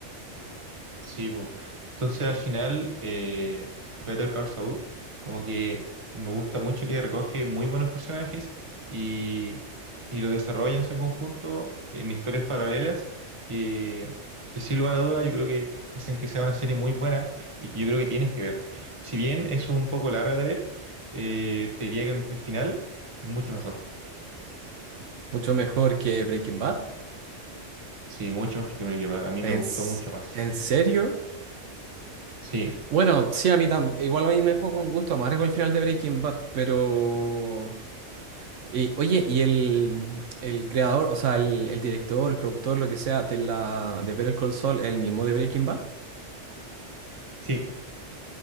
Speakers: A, on the right; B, on the right.
A: Sí, po. Entonces al final, eh, Better Call Saul, como que me gusta mucho que recoge muy buenos personajes y, y lo desarrolla en su conjunto en historias paralelas que, que sin lugar a dudas yo creo que hacen que sea una serie muy buena y que yo creo que tienes que ver. Si bien es un poco larga de ver, eh, te diría que el, el final es mucho mejor.
B: Mucho mejor que Breaking Bad.
A: Sí, mucho mejor que Breaking Bad. A mí
B: ¿En,
A: me gustó
B: s-
A: mucho más.
B: en serio?
A: Sí,
B: Bueno, sí, a mí también. Igual a mí me dejó con gusto amargo el final de Breaking Bad, pero... eh, oye, ¿y el, el creador, o sea, el, el director, el productor, lo que sea, de la de Better Call Saul, el mismo de Breaking Bad?
A: sí.